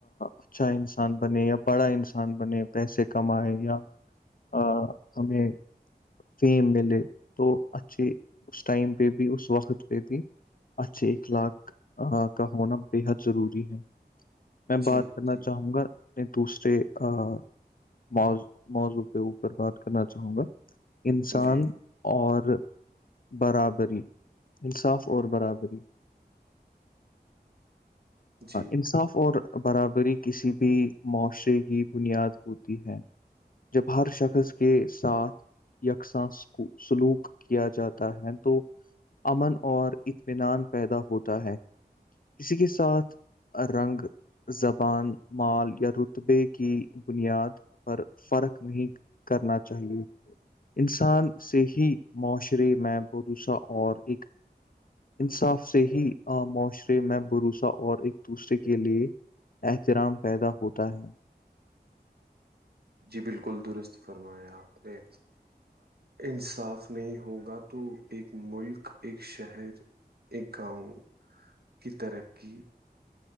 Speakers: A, on the left; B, on the right.
A: اچھا انسان بنے یا بڑا انسان بنے پیسے کمائے یا آ ہمیں فیم ملے تو اچھے اس ٹائم پہ بھی اس وقت پہ بھی اچھے اخلاق کا ہونا بےحد ضروری ہے میں
B: جی
A: بات کرنا
B: جی
A: چاہوں گا میں دوسرےمضوع مضوع کے اوپر بات کرنا چاہوں گا انسان
B: جی
A: اور برابری انصاف اور برابری
B: جی
A: انصاف اور برابری کسی بھی معاشرے کی بنیاد ہوتی ہے جب ہر شخص کے ساتھ یکساں سکو سلوک کیا جاتا ہے تو امن اور اطمینان پیدا ہوتا ہے کسی کے ساتھ رنگ زبان مال یا رتبے کی بنیاد پر فرق نہیں کرنا چاہیے انسان سے ہی معاشرے میں بھروسا اور ایک انصاف سے ہی معاشرے میں بھروسا اور ایک دوسرے کے لیے احترام پیدا ہوتا ہے
B: جی بالکل درست فرمایا آپ نے انصاف نہیں ہوگا تو ایک ملک ایک شہر ایک گاؤں کی ترقی